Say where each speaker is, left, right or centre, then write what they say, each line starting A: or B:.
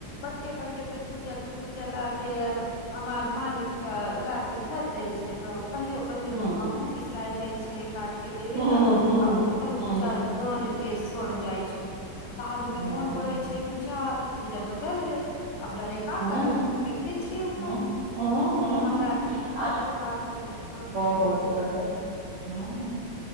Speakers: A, on the left; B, on the right.
A: बड़के बड़के तरबूजा खरबूजा ला के आर हमार मालिक तऽ ला के धर देय छै तो कहियो कहियो
B: हँ
A: तो हमहुँ बिसरा जाय छिये काट के देबे
B: हँ
A: ल
B: हँ
A: आ तरबुज
B: हँ हँ
A: चा ग लगी के स्वर जाइ छै आ बादमे
B: हँ
A: मोन पड़ैत छै कि जा तरबुजा तऽ गलइ गेल आब डरे का
B: हँ
A: करब तऽ फेेक देय छियै उठा
B: हँ
A: के
B: हँ
A: ई हमरा
B: हँ
A: आर के बहुत
B: आ
A: गलत बात य
B: बहुत त ह